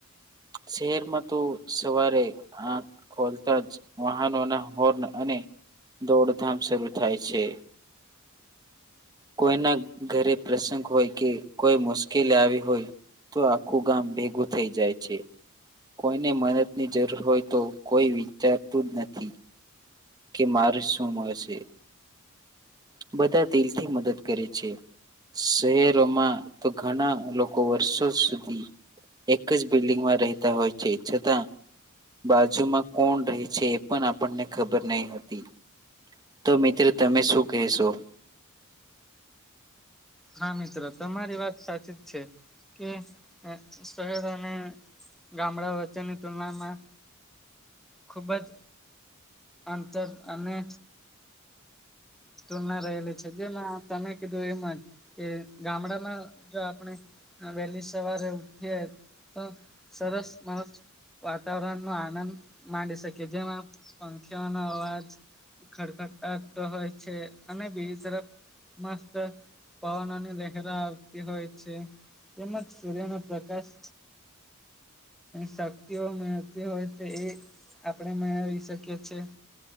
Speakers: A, on the right (about 20°); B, in the centre.
A: શહેરમાં તો સવારે આખ ખોલતા જ વાહનો ના હોર્ન અને દોડધામ શરૂ થાય છે કોઈના ઘરે પ્રસંગ હોય કે કોઈ મુશ્કેલી આવી હોય તો આખું ગામ ભેગું થઈ જાય છે. કોઈને મદદની જરૂર હોય તો કોઈ વિચારતું જ નથી. કે મારે શું મળશે. બધા દિલથી મદદ કરે છે. શહેરોમાં તો ઘણા લોકો વર્ષો સુધી. એક જ બિલ્ડિંગમાં રહેતા હોય છે, છતાં. બાજુમાં કોણ રહે છે, એ પણ આપણને ખબર નહી હતી. તો મિત્ર તમે શું કહેશો.
B: હા મિત્રો તમારી વાત સાચી જ છે, કે શહેરોને. ગામડા વચ્ચેની તુલનામાં ખુબ જ અંતર અને તુલના રહેલી છે જેમાં તમે કીધું એમાં જ કે ગામડામાં આપ વહેલી સવારે ઉઠીએ તો સરસ માણ વાતાવરણ નો આનંદ માંડી શકે જેમાં પંખીઓનો અવાજ ખરખડ તો હોય છે અને બીજી તરફ મસ્ત પવન અને લહેરો આરતી હોય છે તેમજ સૂર્યના પ્રકાશ શક્તિઓ મેડતી હોય તો એ આપણે મેળવી શકીએ છેીએ